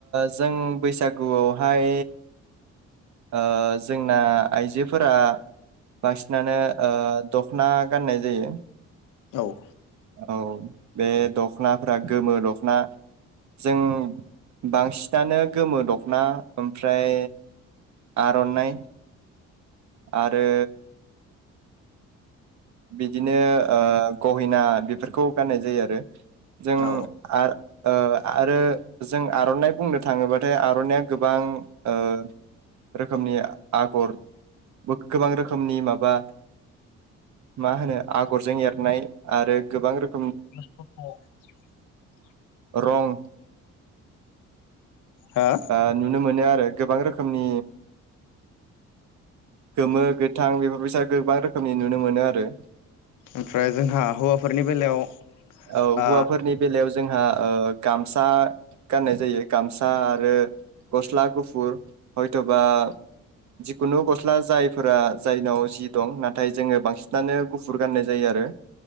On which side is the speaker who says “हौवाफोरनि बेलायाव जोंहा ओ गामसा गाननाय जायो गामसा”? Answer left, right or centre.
Right